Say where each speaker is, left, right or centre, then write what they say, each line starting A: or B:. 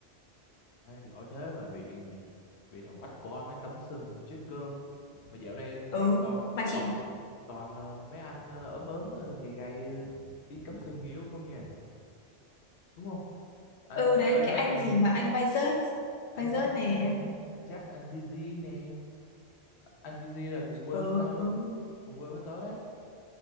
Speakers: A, on the left; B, on the left.
A: à, giỏi thế mà bị nh- bị thằng oách con nó cắm sừng thì chết cơm. Mà dạo này thấy
B: Ừ
A: toàn
B: mà chị
A: toàn toàn ờ, mấy anh ờ, ốm ốm ờ, gầy gầy ờ, đi cắm sừng người yêu không nha, đúng không? Anh
B: ừ đấy
A: Varus
B: cái anh
A: nè.
B: gì mà anh vai rớt vai
A: anh
B: rớt
A: Trác
B: nè
A: nè anh Trác anh TG nè anh TG là cùng quê
B: ừ
A: với tao cùng quê với tớ đấy